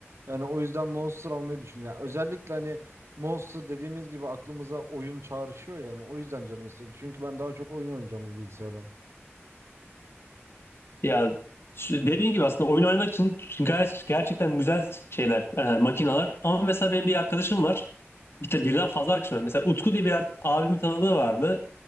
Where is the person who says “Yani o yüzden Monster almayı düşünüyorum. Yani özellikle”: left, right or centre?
Right